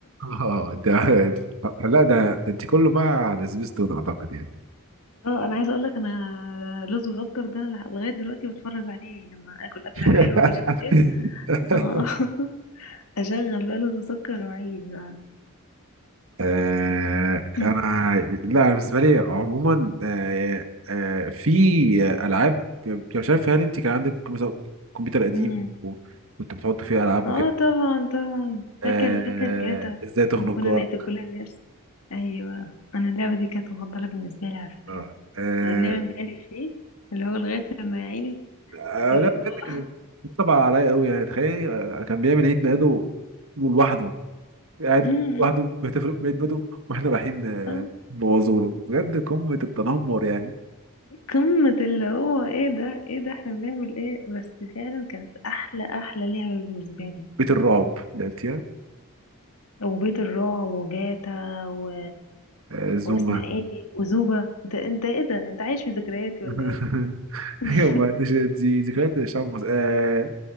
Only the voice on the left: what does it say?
اه انا عايزه اقول لك انا لوز وسكر ده انا لغايه دلوقتي بتفرج عليه لما اكل اكله
حلوه كده بالليل اه <laughs> اشغل بقى لوز وسكر وعيش بقى
<clears throat>
أمم.
اه
طبعا طبعا
فاكر فاكر جاتا
لما كنا
نقتل كل الناس ايوه انا اللعبه دي كانت مفضله بالنسبه لي على فكره
آه، نعمل مقالب فيه اللي هو لغايه لما يا عيني
إيه،
اللي
هو
أمم،
أمم.
قمة اللي هو ايه ده ايه ده احنا بنعمل ايه بس فعلا كانت احلى احلى لعبة بالنسبة لي
وبيت الرعب وجاتا و...
واسمها ايه دي وزوبة انت انت ايه ده انت عايش في ذكرياتي
ولا ايه <laughs>